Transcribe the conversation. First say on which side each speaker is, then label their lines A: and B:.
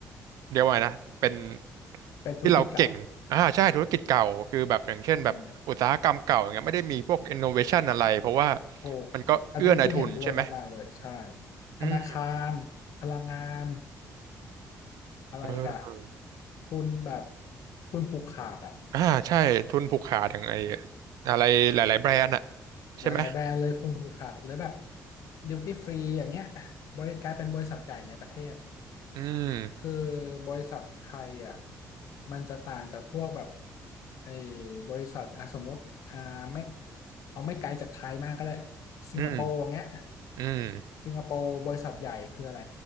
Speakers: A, on the right; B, on the left.
A: เรียกว่าไงนะเป็น
B: เป็นธุรกิจเก่า
A: ที่เราเก่งอ่าใช่ธุรกิจเก่าคือแบบอย่างเช่นแบบอุตสาหกรรมเก่าอย่างเงี้ยไม่ได้มีพวก
B: อืม
A: innovation อะไรเพราะว่า
B: โอ้โหอันนี้พี่เห็นด้วยมากๆเลย
A: มันก็เอื้อนายทุนใช่ไหม
B: ใช่ ธนาคารพลังงาน
A: อืม
B: อะไรกะ
A: เออ
B: ทุนแบบทุนผูกขาดอ่ะ
A: อ่าใช่ทุนผูกขาดอย่างไออะไรหลายๆแบรนด์อะใช่ไหม
B: หลายๆแบรนด์เลยฟูกขาดหรือแบบดิวตี้ฟรีอย่างเงี้ยบริกลายเป็นบริษัทใหญ่ในประเทศ
A: อืม
B: คือบริษัทไทยอ่ะมันจะต่างจากพวกแบบไอ้บริษัทอ่ะสมมติอ่าไม่เอาไม่ไกลจากไทยมากก็ได้สิงคโปร์อย่างเงี้ย
A: อืมอืม
B: สิงคโปร์บริษัทใหญ่คืออะไร